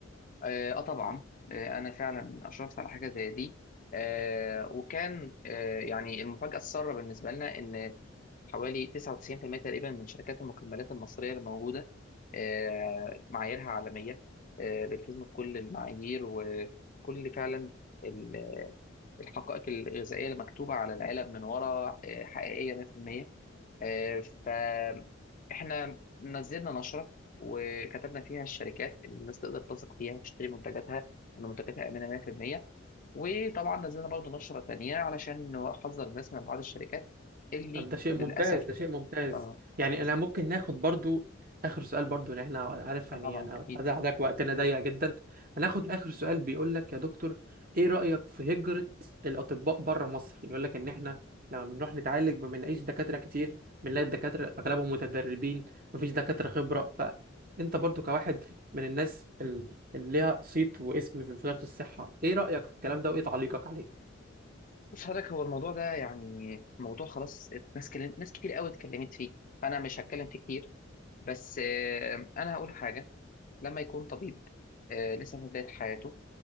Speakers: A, on the left (about 45°); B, on the right (about 45°).
A: آه, آه طبعا آه أنا فعلا أشرفت على حاجة زي دي آه وكان آه يعني المفاجأة السارة بالنسبة لنا إن حوالي 99% تقريبا من شركات المكملات المصرية اللي موجودة آه معاييرها عالمية آه بتلتزم بكل المعايير وكل فعلا ال- الحقائق الغذائية اللي مكتوبة على العلب من ورا آه حقيقية 100% فاحنا نزلنا نشرة وكتبنا فيها الشركات اللي الناس تقدر تثق فيها تشتري منتجاتها وان منتجاتها امنه 100% وطبعا نزلنا برضو نشرة تانية علشان نحذر الناس من بعض الشركات اللي
B: طب ده شيء ممتاز
A: للأسف
B: ده شيء ممتاز
A: اه
B: يعني
A: بز-
B: انا ممكن ناخد برضو اخر سؤال برضو لان احنا عارف يعني
A: آه طبعا
B: انا
A: أكيد
B: عايز
A: اتفضل.
B: حضرتك وقتنا ضيق جدا هناخد اخر سؤال بيقول لك يا دكتور ايه رأيك في هجرة الاطباء بره مصر يقول لك ان احنا لما بنروح نتعالج ما بنلاقيش دكاترة كتير بنلاقي الدكاترة اغلبهم متدربين مفيش دكاترة خبرة فانت برضو كواحد من الناس ال- اللي ليها صيت واسم في وزارة الصحة ايه رأيك في الكلام ده وايه تعليقك عليه
A: بص حضرتك هو الموضوع ده يعني موضوع خلاص ناس كلم... ناس كتير قوي اتكلمت فيه فأنا مش هتكلم فيه كتير بس آه أنا هقول حاجة لما يكون طبيب آه، لسه في بداية حياته